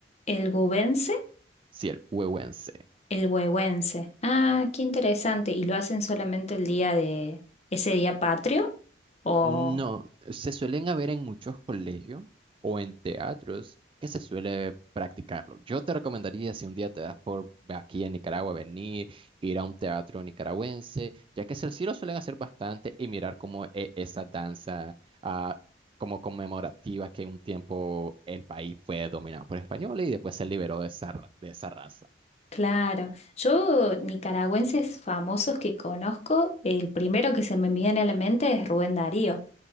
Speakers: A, on the left; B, on the right.
A: ¿El gubense?
B: Sí, el huevense,
A: El huehuense. Ah, qué interesante. ¿Y lo hacen solamente el día de ese día patrio? ¿O...?
B: No, se suelen haber en muchos colegios o en teatros que se suele practicarlo. Yo te recomendaría, si un día te das por aquí en Nicaragua, venir, ir a un teatro nicaragüense, ya que se- sí lo suelen hacer bastante y mirar como e- esa danza ah, como conmemorativa que un tiempo el país fue dominado por españoles y después se liberó de esa, ra- de esa raza.
A: Claro, yo nicaragüenses famosos que conozco, el primero que se me viene a la mente es Rubén Darío,